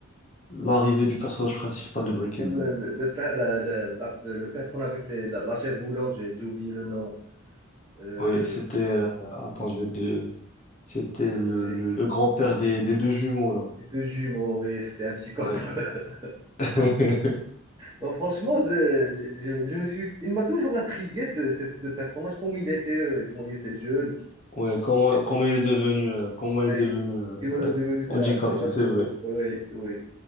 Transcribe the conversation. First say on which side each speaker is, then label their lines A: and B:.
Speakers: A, on the left; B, on the right.
A: l'arrivée du personnage principal de Breaking
B: Comme
A: Bad
B: le, le, le per- la, la- la- le personne avec les- la, la chaise roulante, j'ai j'ai oublié le nom. Euh,
A: oui c'était euh, attends je vais te c'était le,
B: enfin, j'ai
A: le, le grand-père des, des deux jumeaux là
B: les deux jumeaux, oui, c'était un psychopathe.
A: ouais
B: <laughs>
A: <laughs>
B: Bon, franchement, je, je- je me suis, il m'a toujours intrigué ce, ce- ce personnage, comme il était euh, quand il était jeune, qui,
A: ouais
B: qui
A: comment
B: faisait, mais-
A: comment il est devenu euh, comment
B: oui,
A: il est devenu euh,
B: qui voulait devenir sur,
A: handicapé
B: ah, sur la chaise
A: c'est vrai
B: roulante. Oui, oui,